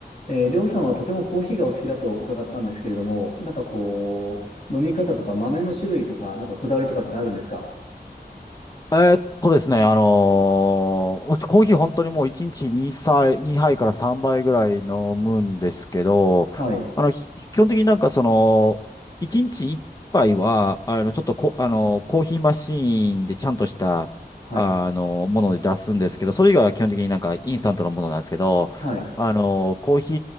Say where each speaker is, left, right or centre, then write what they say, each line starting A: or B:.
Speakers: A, on the left; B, on the left.
A: えー、りょうさんはとてもコーヒーがお好きだと伺ったんですけれども、なんかこう、飲み方とか豆の種類とか、なんかこだわりとかってあるんですか
B: えーっとですね、あのーうちコーヒー本当にもう1日2杯、2杯から3杯ぐらい飲むんですけど、
A: はい、
B: あの、ひ基本的になんかその、1日1杯は、あの、ちょっとこ、あの、コーヒーマシーンでちゃんとした、
A: はい、
B: あの、もので出すんですけど、それ以外は基本的になんかインスタントのものなんですけど、
A: はい、
B: あの、コーヒ